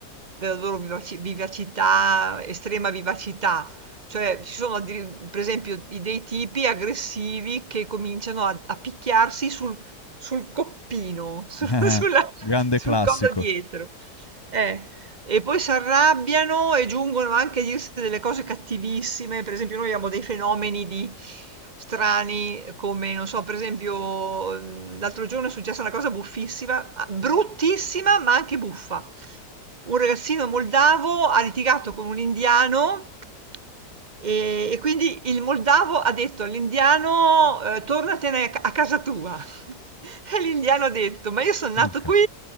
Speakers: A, on the right; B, on the left.
A: della loro vivaci- vivacità, estrema vivacità. Cioè, ci sono, addir- per esempio, i- dei tipi aggressivi che cominciano a, a picchiarsi sul, sul coppino, <laughs> su-
B: Ah-ah.
A: sulla-
B: Grande
A: sul
B: classico.
A: collo dietro. Eh, e poi si arrabbiano e giungono anche a dirsi delle cose cattivissime. Per esempio, noi abbiamo dei fenomeni di strani, come non so, per esempio, mh, l'altro giorno è successa una cosa buffissima, ah, bruttissima, ma anche buffa. Un ragazzino moldavo ha litigato con un indiano Ehm, e quindi il moldavo ha detto all'indiano, ehm: "Tornatene a ca a casa tua". <laughs> E l'indiano ha detto: "Ma io son nato
B: Urca.
A: qui".
B: <laughs>